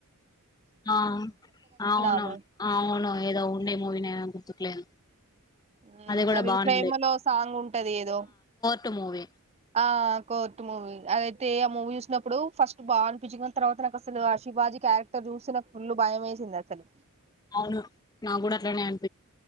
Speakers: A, on the left; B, on the right.
A: ఆ అవును
B: ఆమె
A: అవును ఏదో ఉండే మూవీనే ఆ గుర్తుకులేదు
B: ఊ
A: కూడా
B: అది
A: బానే
B: ప్రేమలో సాంగ్ ఉంటది ఏదో
A: టు మూవి
B: ఆ కోర్ట్ మూవీ అదయితే ఆ మూవీ చూసినప్పుడు ఫస్ట్ బాగా అనిపిచిది గాని తర్వాత నాకు అసలు హ శిబాజీ క్యారెక్టర్ చూసి నా ఫుల్ భయం ఏసింది అసలు
A: అవును నాకూడా అట్లనే అన్